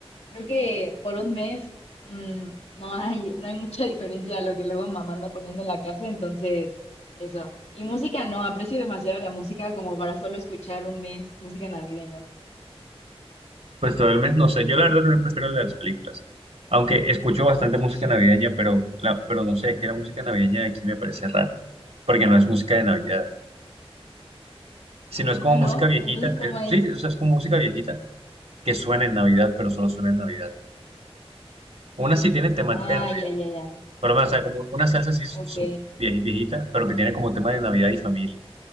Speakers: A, on the left (about 80°); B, on the right (about 80°).
A: Creo que por un mes mm, no hay, no hay mucha diferencia a lo que luego mamá anda poniendo en la casa, entonces eso. Y música no, aprecio demasiado la música como para solo escuchar un mes música navideña.
B: Pues todo el mes, no sé, yo la verdad también prefiero las películas, aunque escucho bastante música navideña, pero, la, pero no sé, es que la música navideña de aquí me parece rara, porque no es música de Navidad, sino es como
A: Ah, ¿no?
B: música viejita,
A: Entonces, ¿cómo
B: eh,
A: es?
B: sí, o sea, es como música viejita que suena en Navidad, pero solo suena en Navidad. Una sí tiene temática
A: Ah,
B: de Navidad,
A: ya, ya, ya.
B: pero o sea, como una salsa así
A: Ok.
B: su- vie- viejita, pero que tiene como tema de Navidad y familia.